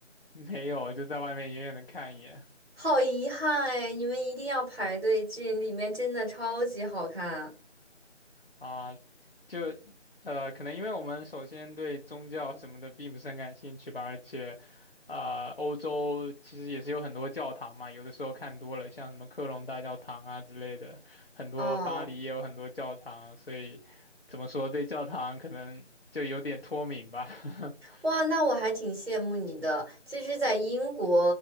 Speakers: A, on the left (about 55°); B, on the right (about 60°).
A: 没有，就在外面远远的看一眼。
B: 好遗憾哎，你们一定要排队进，里面真的超级好看。
A: 啊，就呃，可能因为我们首先对宗教什么的并不是很感兴趣吧，而且，啊，欧洲其实也是有很多教堂嘛，有的时候看多了，像什么科隆大教堂啊之类的，很多巴黎也有很多教堂，
B: 哦，
A: 所以怎么说对教堂可能就有点脱敏吧。<laughs>
B: 哇，那我还挺羡慕你的。其实，在英国，